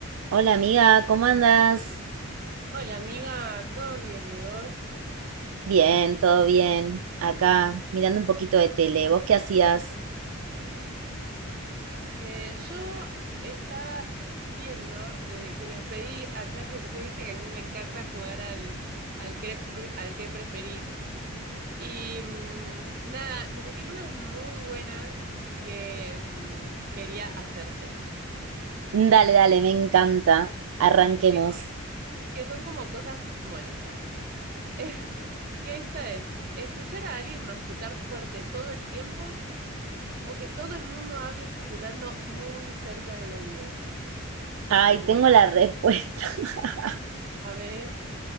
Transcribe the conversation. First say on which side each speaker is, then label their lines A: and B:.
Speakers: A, on the right; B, on the right.
A: Hola amiga, ¿cómo andas?
B: Hola amiga, ¿todo bien y vos?
A: Bien, todo bien. Acá, mirando un poquito de tele. ¿Vos qué hacías?
B: Eh, yo estaba viendo de que les pedí a ChatGPT, viste que a mí me encanta jugar al, al que, pre- al que preferís. Y mm, nada, me tiró unas muy buenas que mm, quería hacerte.
A: Dale, dale, me encanta. Arranquemos.
B: Tipo, que son como cosas molestas. <laughs> Que esta es, escuchar a alguien masticar fuerte todo el tiempo o que todo el mundo hable susurrando muy cerca del oído,
A: Ay,
B: de tu
A: tengo
B: oído.
A: la respuesta. <laughs>
B: A ver.